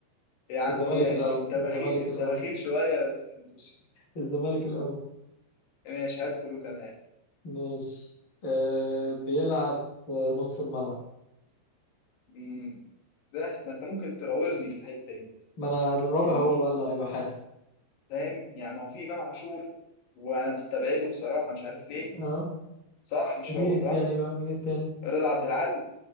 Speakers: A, on the left; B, on the left.
A: يا عم
B: الزمالك
A: ماشي
B: الأول
A: انت بخيل
B: الزمالك
A: انت
B: الأول
A: بخيل شويه بس مش-
B: الزمالك الأول
A: ماشي هات كله كمان
B: ماشي آه بيلعب في نص الملعب
A: مم. ده ما انت ممكن تراوغني في الحته دي
B: ما أنا الرابع
A: يعني
B: هو بقى اللي هيبقى حاسب
A: فاهم يعني هو في امام عاشور وانا مستبعده بصراحه مش عارف ليه
B: اه
A: صح مش
B: مين
A: هو
B: التاني
A: صح
B: بقى مين التاني
A: رضا عبد العال